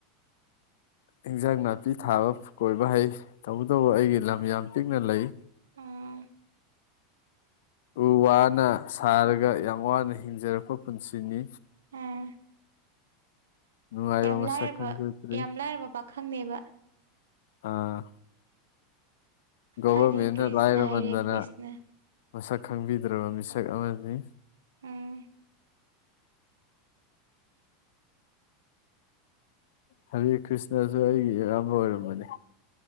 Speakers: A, on the left (about 70°); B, on the right (about 80°).
A: ꯏꯟꯖꯥꯡ ꯅꯥꯄꯤ ꯊꯥꯕ ꯀꯣꯏꯕ ꯍꯩ ꯇꯧꯕꯇꯕꯨ ꯑꯩꯒꯤ ꯂꯝ ꯌꯥꯝ ꯄꯤꯛꯅ ꯂꯩ
B: ꯎꯝ
A: ꯎ ꯋꯥꯅ ꯁꯥꯔꯒ ꯌꯥꯝ ꯋꯥꯅ ꯍꯤꯡꯖꯔꯛꯄ ꯄꯨꯟꯁꯤꯅꯤ
B: ꯎꯝ
A: ꯅꯨꯡꯉꯥꯏꯕ
B: ꯌꯥꯝ
A: ꯃꯁꯛ
B: ꯂꯥꯏꯔꯕ
A: ꯈꯪꯖꯗ꯭ꯔꯤ
B: ꯌꯥꯝ ꯂꯥꯏꯔꯕ ꯄꯥꯈꯪꯅꯦꯕ
A: ꯑꯥ ꯒꯣꯚꯔꯃꯦꯟꯅ
B: ꯍꯔꯦ ꯀ꯭ꯔꯤꯁꯅ
A: ꯂꯥꯏꯔꯃꯟꯗꯅ
B: ꯍꯔꯦ ꯀ꯭ꯔꯤꯁꯅ
A: ꯃꯁꯛ ꯈꯪꯕꯤ ꯗ꯭ꯔꯕ ꯃꯤꯁꯛ ꯑꯃꯅꯤ
B: ꯎꯝ
A: ꯍꯔꯦ ꯀ꯭ꯔꯤꯁꯅꯁ ꯑꯗꯨ ꯑꯩꯒꯤ ꯑꯌꯥꯝꯕ ꯑꯣꯏꯔꯝꯕꯅꯤ